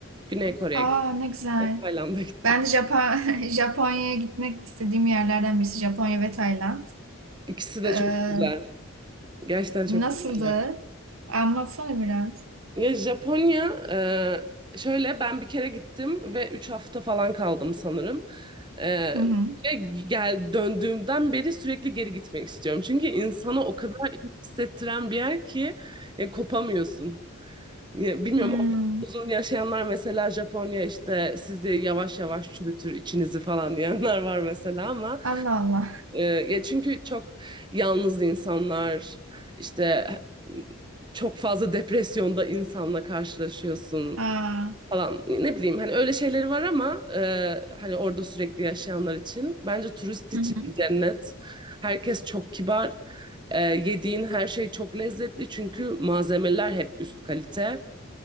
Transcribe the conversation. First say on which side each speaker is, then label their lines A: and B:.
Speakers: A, on the right; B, on the right.
A: Güney Kore'ye
B: Aa,
A: gittim,
B: ne güzel.
A: Tayland'a gittim.
B: Ben de Japon <laughs> Japonya'ya gitmek istediğim yerlerden birisi Japonya ve Tayland.
A: İkisi de
B: Ee,
A: çok güzel. Gerçekten çok
B: nasıldı?
A: güzel yani.
B: Anlatsana biraz.
A: Ya Japonya e, şöyle ben bir kere gittim ve 3 hafta falan kaldım sanırım. E,
B: Hı hı.
A: ve gel döndüğümden beri sürekli geri gitmek istiyorum. Çünkü insanı o kadar iyi hissettiren bir yer ki e, kopamıyorsun. Ya, bilmiyorum
B: Hmm,
A: orada uzun yaşayanlar mesela Japonya işte sizi yavaş yavaş çürütür içinizi falan diyenler var mesela ama.
B: Allah Allah.
A: Ee, ya çünkü çok yalnız insanlar, işte çok fazla depresyonda insanla karşılaşıyorsun
B: Aa.
A: falan. Ne bileyim hani öyle şeyleri var ama e, hani orada sürekli yaşayanlar için bence turist için
B: Hı hı.
A: bir cennet. Herkes çok kibar. E, yediğin her şey çok lezzetli çünkü malzemeler hep üst kalite